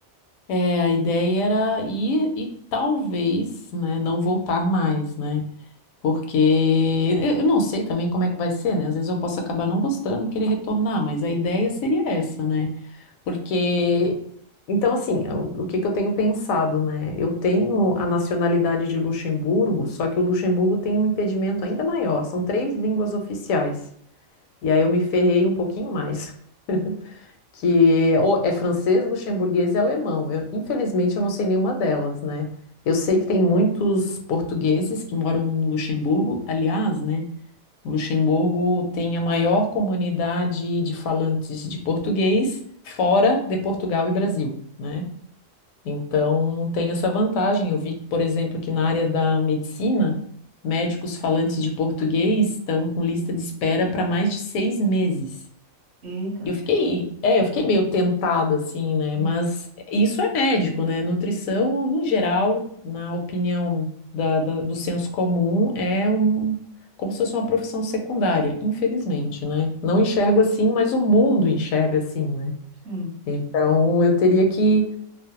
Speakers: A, on the left (about 85°); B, on the right (about 60°).
A: é, a ideia era ir e talvez, né, não voltar mais, né? Porque eu, eu não sei também como é que vai ser, né? Às vezes eu posso acabar não gostando e querer retornar, mas a ideia seria essa, né? Porque, então, assim, é o, o que que eu tenho pensado, né? Eu tenho a nacionalidade de Luxemburgo, só que o Luxemburgo tem um impedimento ainda maior, são três línguas oficiais. E aí eu me ferrei um pouquinho mais, <laughs> que ou é francês, luxemburguês e alemão. Eu, infelizmente, eu não sei nenhuma delas, né? Eu sei que tem muitos portugueses que moram em Luxemburgo, aliás, né? Luxemburgo tem a maior comunidade de falantes de português fora de Portugal e Brasil, né? Então, tem essa vantagem. Eu vi, por exemplo, que na área da medicina, médicos falantes de português estão com lista de espera para mais de seis meses.
B: Eita,
A: E eu fiquei, é, eu fiquei meio tentada, assim, né?
B: Uhum.
A: Mas isso é médico, né? Nutrição, em geral, na opinião da, da- do senso comum, é um, como se fosse uma profissão secundária, infelizmente, né? Não enxergo assim, mas o mundo enxerga assim, né?
B: sim.
A: Então, eu teria que